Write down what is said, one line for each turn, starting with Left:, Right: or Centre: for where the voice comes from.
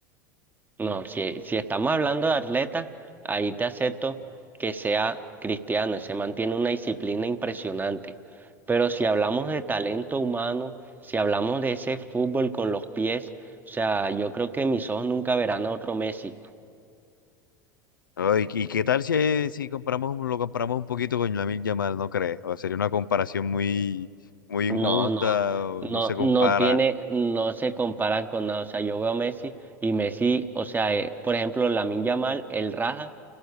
Right: No, si, si estamos hablando de atletas, ahí te acepto que sea cristiano, se mantiene una disciplina impresionante. Pero si hablamos de talento humano, si hablamos de ese fútbol con los pies, o sea, yo creo que mis ojos nunca verán a otro Messi.
Left: Ay, ¿y qué tal si, si comparamos, un- lo comparamos un poquito con Lamine Yamal, no crees? O sería una comparación muy, muy injusta,
Right: No, no,
Left: o
Right: no,
Left: no se compara.
Right: no tiene, no se comparan con nada. O sea, yo veo a Messi y Messi, o sea, eh, por ejemplo, Lamine Yamal, él raja,